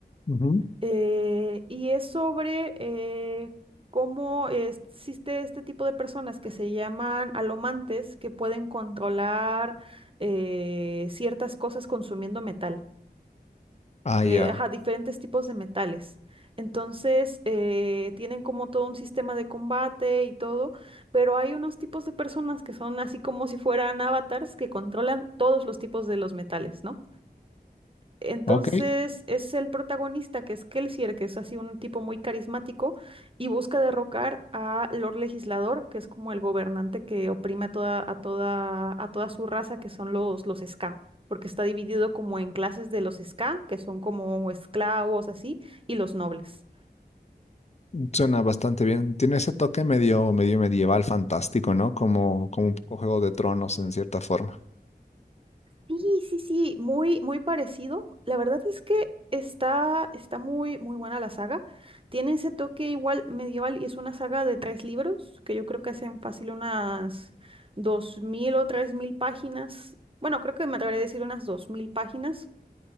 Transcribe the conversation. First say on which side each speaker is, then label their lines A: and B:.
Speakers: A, on the left; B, on the right.
A: Ujú.
B: eh, y es sobre eh, cómo existe este tipo de personas que se llaman alomantes que pueden controlar eh, ciertas cosas consumiendo metal
A: Ah,
B: eh,
A: ya.
B: ajá, diferentes tipos de metales. Entonces, eh, tienen como todo un sistema de combate y todo, pero hay unos tipos de personas que son así como si fueran avatars que controlan todos los tipos de los metales, ¿no? Entonces
A: Ok,
B: es el protagonista, que es Kelsier, que es así un tipo muy carismático, y busca derrocar a Lord Legislador, que es como el gobernante que oprime a toda, a toda, a toda su raza, que son los, los Ska, porque está dividido como en clases de los Ska, que son como esclavos, así, y los nobles.
A: suena bastante bien. Tiene ese toque medio, medio medieval fantástico, ¿no? Como, como un poco Juego de Tronos en cierta forma.
B: Sí, sí, sí, muy, muy parecido. La verdad es que está, está muy, muy buena la saga. Tiene ese toque igual medieval y es una saga de tres libros que yo creo que hacen fácil unas dos mil o tres mil páginas. Bueno, creo que me atrevería a decir unas dos mil páginas